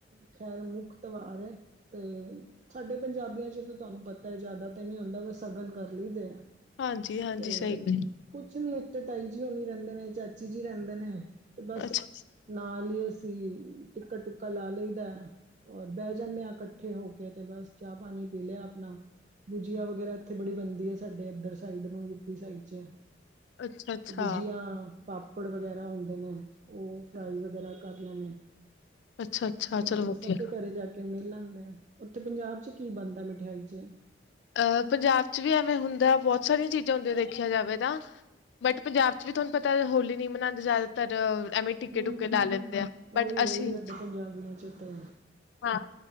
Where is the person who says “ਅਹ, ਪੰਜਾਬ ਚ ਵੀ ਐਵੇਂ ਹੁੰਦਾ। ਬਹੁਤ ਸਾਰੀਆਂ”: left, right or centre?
Left